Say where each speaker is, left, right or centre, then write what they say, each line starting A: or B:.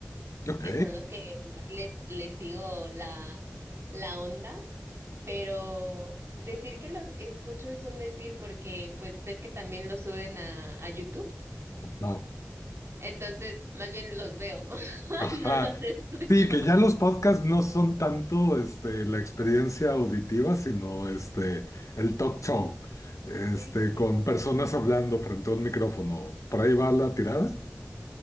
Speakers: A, on the left; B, on the right.
A: ok,
B: que son los que más les, les sigo la, la onda, pero decir que los escucho es un decir porque pues ves que también los suben a, a YouTube.
A: va.
B: Entonces, más bien los veo, <laughs>
A: Ajá.
B: no los escucho.
A: Sí, que ya los podcasts no son tanto este, la experiencia auditiva, sino este, el talk show, este,
B: Sí.
A: con
B: ex-
A: personas hablando frente a un micrófono. ¿Por ahí va la tirada?